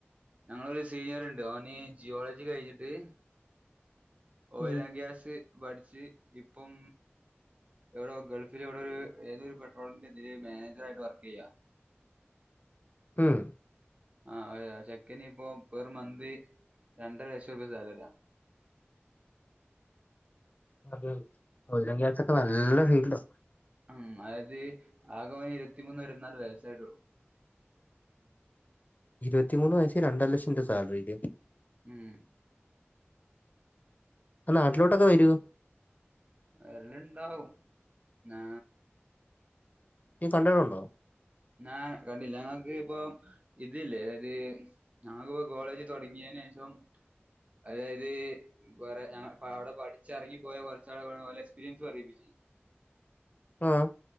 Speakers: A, on the right (about 30°); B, on the left (about 40°).
A: ഞങ്ങളൊരു സീനിയറ്ണ്ട് ഓന് ജിയോളജി കഴ്ഞ്ഞിട്ട്
B: ഉം
A: ഓയിലാൻ ഗ്യാസ് പഠിച്ച് ഇപ്പം എവടൊ ഗൾഫിലെവ്ടൊരു ഏതൊരു പെട്രോളിന്റെ ഇതില് മാനേജറായിട്ട് വർക്കെയ്യാ
B: ഉം
A: ആഹ് അതെ ആ ചെക്കനിപ്പോ പെർ മന്ത് രണ്ടര ലക്ഷൊക്കെ സാലറ്യാ
B: അതെ ഓയിലാൻ ഗ്യാസൊക്കെ നല്ല <unintelligible>
A: ഉം ആത് ആകവന് ഇരുപത്തി മൂന്ന് ഇരുവത്തിനാല് വയസായിട്ടൊള്ളൂ
B: ഇരുപത്തിമൂന്ന് വയസ്സി രണ്ടര ലക്ഷം ൻ്റെ സാലറ്യൊക്കെ.
A: ഉം
B: നാട്ടിലോട്ടൊക്കെ വെരോ?
A: വെര്ല്ണ്ടാവും ഞാ
B: നീ കണ്ടിട്ടുണ്ടോ?
A: ഞാ കണ്ടില്ല ഞങ്ങക്കിപ്പൊ ഇതില്ലേ അതായത് ഞങ്ങക്കിപ്പോ കോളേജ് തൊടങ്ങ്യേനേഷം അതായത് കൊറെ ഞങ്ങള് പാവടെ പഠിച്ചെർങ്ങി പോയാ കൊർച്ചാളുകള് <unintelligible> ഓലെക്ക്സ്പീരിയൻസ് പറയിപ്പിച്ചീനി.
B: ആഹ്